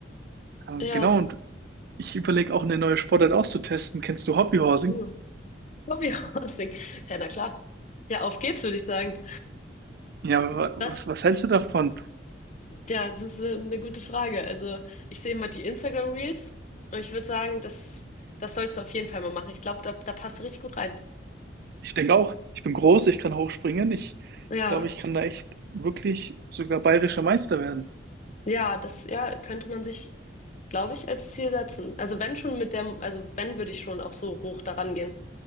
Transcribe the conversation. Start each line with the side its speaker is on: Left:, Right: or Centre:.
Right: Ähm,
Left: Ja,
Right: genau, und ich überlege auch eine neue Sportart auszutesten. Kennst du Hobbyhorsing?
Left: ja. Hobbyhousing. Ja, <laughs> na klar. Ja, auf geht's, würde ich sagen.
Right: Ja, wa- was,
Left: Das,
Right: was hältst du davon?
Left: ja, das ist äh, eine gute Frage. Also, ich sehe immer die Instagram Reels und ich würde sagen, das, das sollst du auf jeden Fall mal machen. Ich glaube, da, da passt du richtig gut rein.
Right: Ich denke auch, ich bin groß, ich kann hochspringen. Ich
Left: Ja,
Right: glaube, ich kann da echt wirklich sogar bayerischer Meister werden.
Left: ja, das, ja, könnte man sich, glaube ich, als Ziel setzen. Also, wenn schon mit der, also, wenn würde ich schon auch so hoch daran gehen.